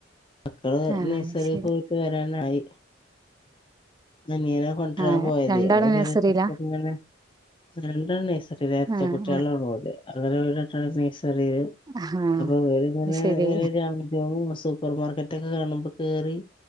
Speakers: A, on the left (about 25°); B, on the right (about 20°).
A: മക്കള്
B: ആ
A: നഴ്സറിയൊക്കെ
B: ശരി
A: വ്ട്ട് വരാനായി അനിയനെ കൊണ്ട്
B: ആ
A: രാൻ പോയതേയ്നു
B: രണ്ടാളും നഴ്സറിയിലാ
A: പിന്നെ <unintelligible> രണ്ടാളും നഴ്സറി <unintelligible> എരട്ടകുട്ടിയാളാണ്
B: ആ ആ
A: ഓല് അങ്ങനെ ഓലിരണ്ടാളും നഴ്സറിയില്
B: ആ
A: അപ്പോഓലിങ്ങനെ
B: ശരി
A: ങ്ങനെ <unintelligible> <unintelligible> സൂപ്പർ മാർക്കറ്റൊക്കെ കാണുമ്പോ കേറി